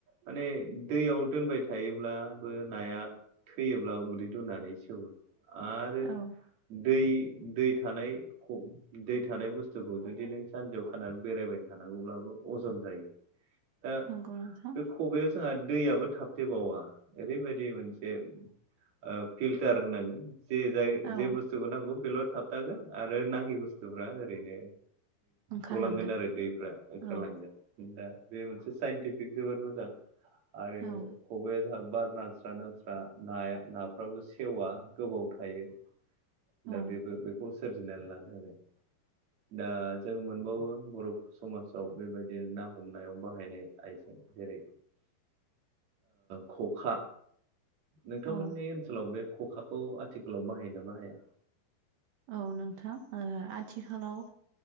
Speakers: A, on the right; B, on the right.
A: माने दैयाव दोनबाय थायोब्लाबो नाया थैयोब्ला उदै दुनानै सेवो आरो
B: औ
A: दै दै थानाय ख दै थानाय बुस्थुखौ जुदि नों सानसेयाव खानानै बेरायबाय थानांगौब्लाबो अजन जायो दा
B: नंगौ नोंथां
A: बे खबयाव जोंहा दैयाबो थाबथेबावा ओरैबायदि मोनसे ओ फिल्टार होननांगोन जे जाय
B: औ
A: जे बुस्थुखौ नांगौ बेल' थाबथागोन आरो नाङि बुस्थुफ्रा ओरैनो
B: ओंखारलांगोन
A: गलांगोन आरो दैफ्रा ओंखारलांगोन
B: औ
A: दा बे मोनसे साइनटिफिक जोबोद मोजां आरो
B: औ
A: खबाइाया जोंहा बार नांस्रा नांस्रा नाया नाफ्राबो सेवा गोबाव थायो। दा
B: औ
A: बेबो बेखौ सोरजिनानै लादों आरो दा जों मोनबावो बर' समाजाव बेबायदिनो ना हमनायाव बाहायनाय आइजें जेरै खंखा नोंथांमोननि
B: औ
A: ओनसोलाव बे खखाखौ आथिखालाव बाहायोना बाहाया
B: औ नोंथां आथिखालाव